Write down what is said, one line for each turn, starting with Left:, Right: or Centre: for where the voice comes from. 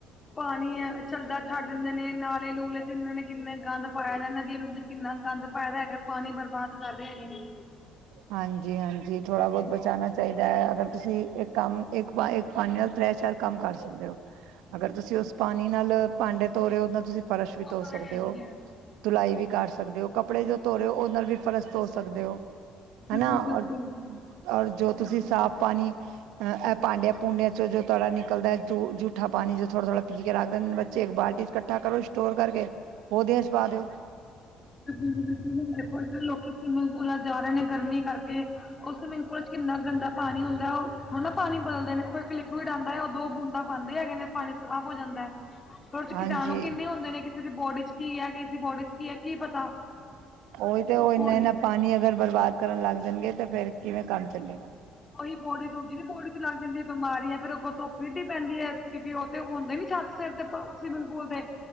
Left: ਪਾਣੀ ਆ ਚੱਲਦਾ ਛੱਡ ਦਿੰਦੇ ਨੇ ਨਾਲੇ ਨੂਲੇ ਤੇ ਇਹਨਾਂ ਨੇ ਕਿੰਨਾ ਗੰਦ ਪਾਇਆ ਨਦੀਆਂ ਨੂੰ। ਕਿੰਨਾ ਗੰਦ ਪਾਇਦਾ ਹੈਗਾ ਪਾਣੀ ਬਰਬਾਦ ਕਰ ਰਹੇ ਹੈਗੇ ਨੇ।
Right: ਹਾਂਜੀ, ਹਾਂਜੀ ਥੋੜ੍ਹਾ ਬਹੁਤ ਬਚਾਉਣਾ ਚਾਹੀਦਾ ਹੈ। ਅਗਰ ਤੁਸੀਂ ਇੱਕ ਕੰਮ ਇੱਕ ਪਾ ਇਕ ਪਾਣੀ। ਤ੍ਰੈ ਚਾਰ ਕੰਮ ਕਰ ਸਕਦੇ ਹੋ। ਅਗਰ ਤੁਸੀਂ ਉਸ ਪਾਣੀ ਨਾਲ ਭਾਂਡੇ ਧੋ ਰਹੇ ਹੋ। ਉਹਦੇ ਨਾਲ ਤੁਸੀਂ ਫਰਸ਼ ਵੀ
Left: ਉਹ
Right: ਧੋ
Left: ਤਾਂ
Right: ਸਕਦੇ
Left: ਹੈ ਹੀ
Right: ਹੋ।
Left: ਹੈ
Right: ਤੁਲਾਈ ਵੀ ਕਰ ਸਕਦੇ ਹੋ। ਕੱਪੜੇ ਜੋ ਧੋ ਰਹੇ ਹੋ। ਉਹ ਨਾਲ ਵੀ ਫਰਸ਼ ਧੋ ਸਕਦੇ ਹੋ।
Left: ਬਿਲਕੁਲ-ਬਿਲਕੁਲ।
Right: ਹਨਾ ਔਰ ਔਰ ਜੋ ਤੁਸੀਂ ਸਾਫ਼ ਪਾਣੀ। ਐ ਭਾਂਡੇ ਪੂੰਡਿਆਂ ਚੋਂ ਜੋ ਤੁਹਾਡਾ ਨਿਕਲਦਾ ਜੂਠਾ ਪਾਣੀ ਜੋ ਥੋੜਾ ਥੋੜਾ ਪੀ ਕੇ ਰੱਖਦੇ ਨੇ ਬੱਚੇ ਬੱਚੇ ਇੱਕ ਬਾਲਟੀ 'ਚ ਇਕੱਠਾ ਕਰੋ ਸਟੋਰ ਕਰਕੇ ਉਹਦੇ 'ਚ ਪਾ ਦਿਓ।
Left: ਬਿਲਕੁਲ ਹੁਣ ਦੇਖੋ ਇੱਥੇ ਲੋਕੀ ਸਵਿਮਿੰਗ ਪੂਲਾਂ 'ਚ ਜਾ ਰਹੇ ਨੇ ਗਰਮੀ ਕਰਕੇ। ਉਹ ਸਵਿਮਿੰਗ ਪੂਲ 'ਚ ਕਿੰਨਾ ਗੰਦਾ ਪਾਣੀ ਹੁੰਦਾ ਉਹ ਥੋੜਣਾ ਪਾਣੀ ਬਦਲਦੇ ਨੇ ਔਹ ਇੱਕ ਲਿਕੁਵਡ ਆਉਂਦਾ ਹੈ ਉਹ ਦੋ ਬੂੰਦਾ ਪਾਉਂਦੇ ਹੈਗੇ ਨੇ ਪਾਣੀ ਸਾਫ਼ ਹੋ ਜਾਂਦਾ ਦੇ ਚ
Right: ਹਾਂਜੀ
Left: ਕੀਟਾਣੂ ਕਿੰਨੇ ਹੁੰਦੇ ਨੇ ਕਿਸੇ ਦੀ ਬੋਡੀ ਚ ਕੀ ਹੈ ਕਿਸੇ ਦੀ ਬੋਡੀ ਚ ਕੀ ਹੈ। ਕੀ ਪਤਾ
Right: ਉਹੀ ਤੇ ਉਹ ਇਨਾ-ਇਨਾ
Left: ਉਹੀ
Right: ਪਾਣੀ ਅਗਰ ਬਰਬਾਦ ਕਰਨ ਲੱਗ ਜਾਣਗੇ ਤੇ ਫੇਰ ਕਿਵੇਂ ਕੰਮ ਚੱਲੇਗਾ
Left: ਉਹੀ ਬੋਡੀ ਦੂਜੀ ਦੀ ਬੋਡੀ ਚ ਲੱਗ ਜਾਂਦੀ ਹੈ ਬਿਮਾਰੀ ਹੈ ਫਿਰ ਅੱਗੋਂ ਧੁੱਪ ਇਡੀ ਪੈਂਦੀ ਹੈ ਕਿਉਂਕਿ ਉਹ ਤੇ ਹੁੰਦੇ ਨੀ ਛੱਤ ਸਿਰ ਤੇ ਸਵਿਮਿੰਗ ਪੂਲ ਦੇ